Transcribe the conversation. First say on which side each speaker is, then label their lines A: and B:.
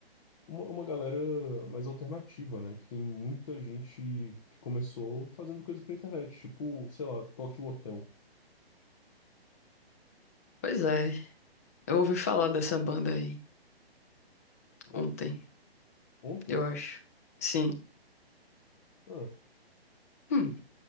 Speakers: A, on the left; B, on the left.
A: uma, uma galera mais alternativa, né? Que tem muita gente que começou fazendo coisa pra internet, tipo, sei lá, Tokyo Hotel.
B: Pois é, eu ouvi falar dessa banda aí
A: É,
B: ontem,
A: ontem?
B: eu acho. Sim.
A: Ah,
B: Hum,